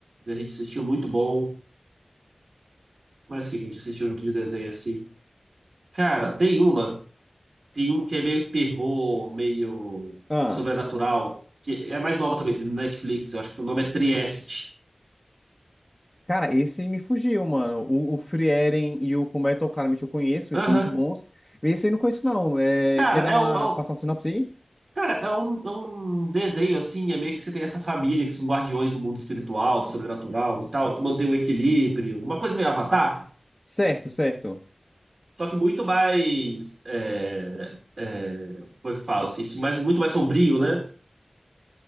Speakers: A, on the right (about 80°); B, on the left (about 20°).
A: né, A gente assistiu muito bom. Mas o que que a gente assistiu junto de desenho assim? Cara, tem uma. Tem um que é meio terror, meio
B: Ah.
A: sobrenatural. Que é mais nova também, tem no Netflix. Eu acho que o nome é Trieste.
B: Cara, esse me fugiu, mano. O, o Frieren e o Fullmetal, claramente eu conheço,
A: Aham.
B: eles são muito bons. Esse aí eu não conheço, não. É,
A: Cara,
B: quer dar
A: é,
B: uma,
A: o-
B: passar
A: é,
B: uma sinopse aí?
A: Cara, é um, é um desenho assim, é meio que você tem essa família que são guardiões do mundo espiritual, do sobrenatural e tal, que mantém o equilíbrio, uma coisa meio Avatar,
B: Certo, certo.
A: só que muito mais, é, é, como é que fala assim, isso mais, muito mais sombrio, né?